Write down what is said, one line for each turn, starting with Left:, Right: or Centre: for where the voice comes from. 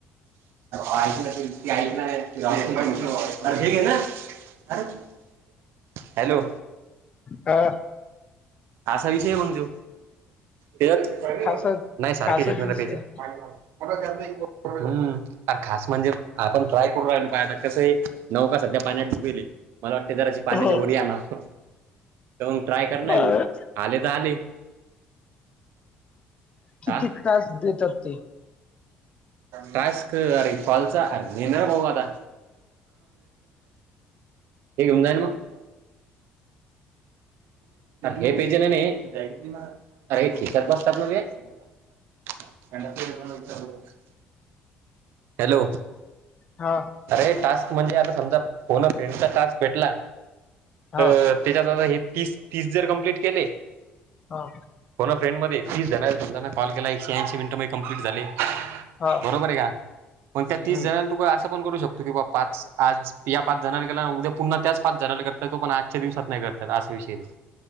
Right: ऐक ना <unintelligible> हॅलो
Left: हा
Right: असा विषय म्हणजो ते
Left: खासाच
Right: नाही सारखेच
Left: खासाच
Right: येतणार
Left: विषय
Right: पहिज
Left: आहे.
Right: मला त्यां खास म्हणजे आपण ट्राय करू राहिलो पा आता कसं आहे नऊ का सध्या पाण्यात उबेले मला वाटते जरा अशी पाण्याच्या
Left: हो
Right: ओरया ना तर मग ट्राय कर ना येऊ
Left: अ
Right: आले तर आले
Left: किती
Right: हा
Left: तास देतात ते
Right: टास्क अरे कॉलचा अरे मी नाही बहु आता हे घेऊन जाय मग हे प्याजेनेने <unintelligible> हॅलो
Left: हा
Right: अरे टास्क म्हणजे आता समजा फोन अ फ्रेंडचा टास्क भेटला
Left: हा
Right: तर त्याच्यात आता हे तीस तीस जर कंप्लीट केले
Left: हा
Right: फोन अ फ्रेंड मध्ये तीस झा जणांना कॉल केला एकशे ऐंशी मिनट माझे कंप्लीट झाले
Left: हा
Right: बरोबर आहे का पण त्या तीस
Left: हम्म
Right: जणां तु असं पण करू शकतो की बा् पाच आज पीया पाच जणाला केला ना उद्या पुन्हा त्याच पाच जणाला करतात तो पण आजच्या दिवसात नाही करतात असा विषय आहे तो